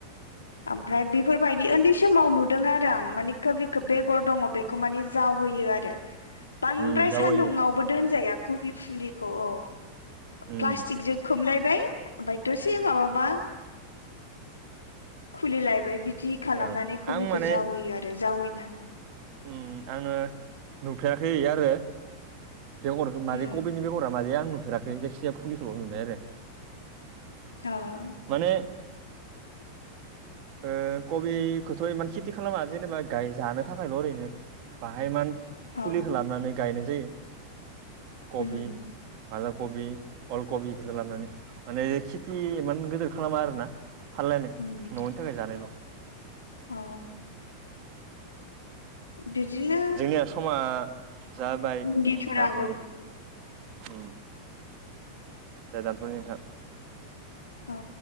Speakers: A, on the left (about 75°); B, on the right (about 45°).
A: ओमफ्राय बे बेफोरबायदि उन्दै समाव नुदों आरो आं माने कबिखौ बेगर दङ' बेखौ माने जावहोयो आरो बांद्राय
B: उम जावायो
A: सान्दुङावबो दोनजाया कबि फुलि खौ औ
B: उम
A: प्लासतिकजों खोमलेप बाय बाय द'से माबाबा खुलिलायबाय बिदि खालामनानै
B: औ
A: कबिखौ
B: आं माने
A: जावैयो आरो जावैनानै
B: उम आङो नुफेराखै आरो बेगरखौ मादि
A: उम
B: कबिनि बेगरा मादि आं नुफेराखै जायखिजाया फुलिखौल' नुबाय आरो
A: औ
B: माने ओ कबिखौथ' इमान खेथि खालामा जेनेबा गाय जानो थाखायल' ओरैनो बाहायमान फुलिखौ
A: औ
B: लाबोनानै गायनाय जायो कबि
A: उम
B: माला खबि अलकबि बेफोरखौ लाबानै माने खेथि इमान गिदिर खालामा आरोना फानलाय न'नि
A: उम
B: थाखाय जानायल'
A: औ बिदिनो
B: जोंनिया समा जाबाय
A: भिन्दिफोराबो
B: दानथ'नि उम दे दानथनि नोंथां
A: अ